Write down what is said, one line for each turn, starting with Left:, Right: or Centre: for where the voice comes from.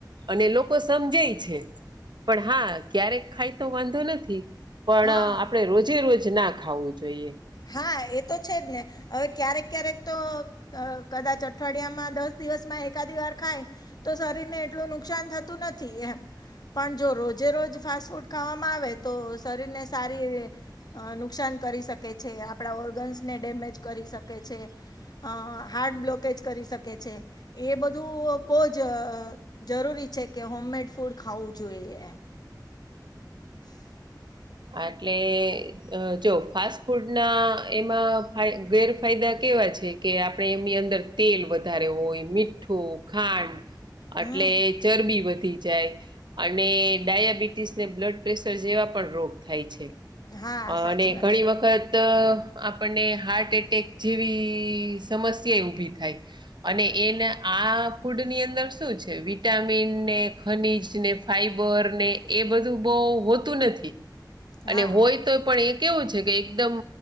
Right: અને લોકો સમજેઈ છે. પણ હા, ક્યારેક ખાય તો વાંધો નથી. પણ
Left: હા
Right: આપણે રોજે રોજ ના ખાવું જોઈએ.
Left: હા, એ તો છે જ ને. હવે ક્યારેક-ક્યારેક તો અહ કદાચ અઠવાડિયામાં, દસ દિવસમાં એકાદી વાર ખાય તો શરીરને એટલું નુકસાન થતું નથી એમ. પન જો રોજે રોજ ફાસ્ટ ફૂડ ખાવામાં આવે તો શરીરને સારી એવી અહ નુકસાન કરી શકે છે, આપણા ઓર્ગન્સને ડેમેજ કરી શકે છે. અહ હાર્ટ બ્લોકેજ કરી શકે છે. એ બધું બહુ જ જરૂરી છે, કે હોમમેડ ફૂડ ખાવું જોઈએ એમ. <inaudible>
Right: હા એટલે અહ જો ફાસ્ટ ફૂડના એમાં ફાય ગેરફાયદા કેવા છે કે આપણે એમની અંદર તેલ વધારે હોય, મીઠ ઠું, ખાંડ
Left: હમ
Right: એટલે ચરબી વધી જાય. અને ડાયાબિટીસ ને બ્લડ પ્રેશર જેવા પણ રોગ થાય છે.
Left: હા
Right: અને
Left: સાચી વાત
Right: ઘણી
Left: છે
Right: વખત ત આપણને હાર્ટ એટેક જેવી સમસ્યા એઈ ઊભી થાય. અને એના આ ફૂડની અંદર શું છે? વિટામિન ને, ખનીજ ને, ફાઈબર ને એ બધું બહુ હોતું નથી.
Left: હા
Right: અને હોય તોઈ પણ એ કેવું છે કે એકદમ